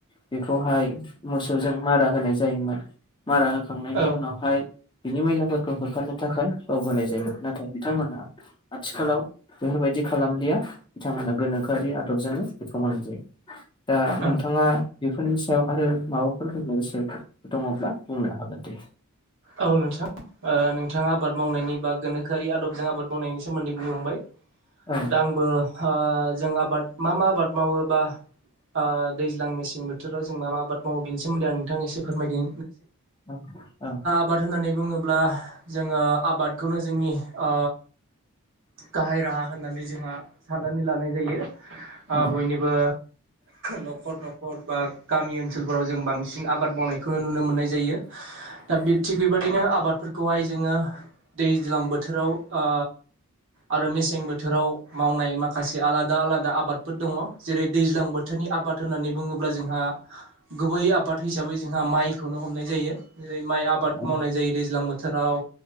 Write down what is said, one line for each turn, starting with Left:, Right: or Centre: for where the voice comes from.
Left: बेखौहाय मोसौजों मारा होनाय जायोमोन मारा होखांनायनि
Right: औ
Left: उनावहाय बिनि मैलाफोरखौ होखारनो थाखाय बाव होनाय जायोमोन नाथाय बिथांमोना आथिखालाव बेफोरबायदि बिदि खालामलिया बिथांमोमा गोनोखोआरि आदबजोंनो बेखौ मोननाय जायो दा नोंथाङा
Right: औ
Left: बेफोरनि सायाव आरो माबाफोर बुंनो गोसो दङब्ला बुंनो हागोन दे
Right: औ नोंथां ओ नोंथाङा आबाद मावनायनि बा गोनोखो गोखोआरि आदबजों आबाद मावनायनि सोमोन्दै बुंलांबाय
Left: औ
Right: दा आंबो आ जों आबाद मा मा आबाद मावोबा आ दैज्लां मेसें बोथोराव जों मा आबाद मावो बे सोमोन्दै आं नोंथांने एसे फोरमायदो
Left: औ औ
Right: आबाद होननानै बुङोब्ला जोङो आबादखौनो जोंनि ओ गाहाय राहा होननानै जोंहा साननानै लानाय जायो आ
Left: औ
Right: बयनिबो न'खर न'खर बा गामि ओनसोलफोराव जों बांसिन बांसिन आबाद मावनायखौनो नुनो मोननाय जायो दा बे थिग बेबायदिनो आबादफोरखौहाय जोङो दैज्लां बोथोराव आ आरो मेसें बोथोराव मावनाय माखासे आला दा आलादा आबादफोर दङ जेरै दैज्लां बोथोरनि आबाद होननानै बुङोब्ला जोंहा गुबै आबाद हिसाबै जोंहा माइखौनो हमनाय जायो जेरै माइ आबाद
Left: औ
Right: मावनाय जायो दैज्लां बोथोराव